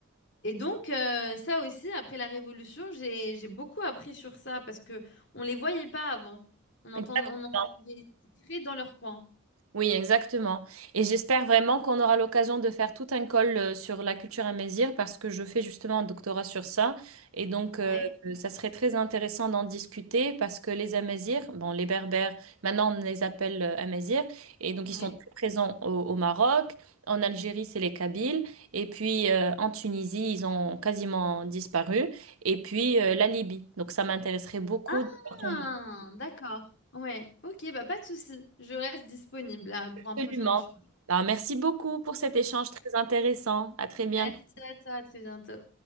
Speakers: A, on the left; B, on the right.
A: Et donc, euh, ça aussi, après la Révolution, j'ai, j'ai beaucoup appris sur ça parce que on les voyait pas avant. On entend,
B: exactement.
A: on en entendait très dans leur coin.
B: Oui, exactement. Et j'espère vraiment qu'on aura l'occasion de faire tout un call euh, sur la culture amazigh parce que je fais justement un doctorat sur ça. Et donc,
A: Ouais,
B: euh, euh, ça serait très intéressant d'en discuter parce que les Amazirs, bon, les Berbères, maintenant on les appelle euh, Amazirs, et donc ils
A: ouais.
B: sont très présents au, au Maroc. En Algérie, c'est les Kabyles. Et puis euh, en Tunisie, ils ont quasiment disparu. Et puis euh, la Libye. Donc, ça m'intéresserait beaucoup.
A: Ah,
B: de voir ton
A: d'accord. Ouais, ok, bah pas de souci. Je reste disponible là, pour un
B: Absolument.
A: prochain échange.
B: Alors, merci beaucoup pour cet échange très intéressant. À très bientôt.
A: Merci à toi, à très bientôt.